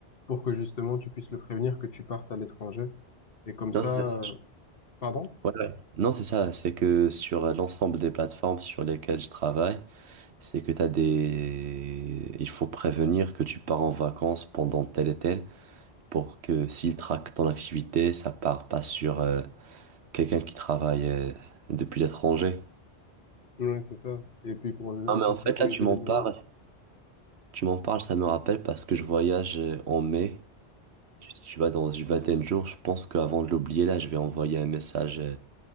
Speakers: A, on the left; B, on the right.
A: pour que justement tu puisses le prévenir que tu partes à l'étranger. Et comme
B: Non,
A: ça,
B: c'est ça. ça-
A: euh, pardon?
B: Ouais, ouais. Non, c'est ça. C'est que sur euh, l'ensemble des plateformes sur lesquelles je travaille, c'est que t'as des... Il faut prévenir que tu pars en vacances pendant tel et tel pour que s'ils traquent ton activité, ça part pas sur euh, quelqu'un qui travaille euh, depuis l'étranger.
A: Oui, c'est ça. Et puis pour aussi
B: Ah, mais en
A: sécuriser
B: fait, là, tu m'en
A: les données.
B: parles. Tu m'en parles, ça me rappelle parce que je voyage euh, en mai. Tu, tu vas dans une vingtaine de jours. Je pense qu'avant de l'oublier, là, je vais envoyer un message euh,